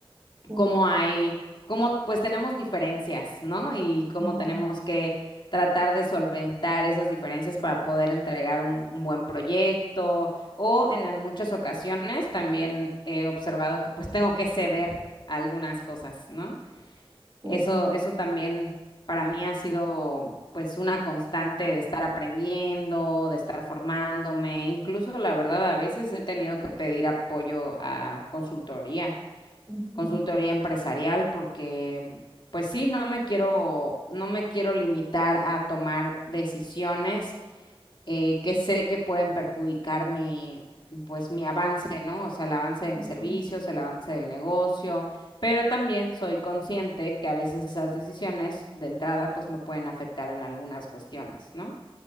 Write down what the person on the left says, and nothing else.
cómo hay, cómo pues tenemos diferencias, ¿no? Y cómo
tenemos que tratar de solventar esas diferencias para poder entregar un, un buen proyecto o en las muchas ocasiones también he observado que pues tengo que ceder a algunas cosas, ¿no?
Eso, eso también para mí ha sido pues una constante de estar aprendiendo, de estar formándome, incluso la verdad a veces he tenido que pedir apoyo a consultoría
consultoría empresarial porque, pues sí, no me quiero, no me quiero limitar a tomar decisiones eh, que sé que pueden perjudicar mi, pues mi avance, ¿no? O sea, el avance de mis
servicios, el avance del negocio, pero también soy consciente que a veces esas decisiones de entrada, pues me pueden afectar en algunas cuestiones, ¿no?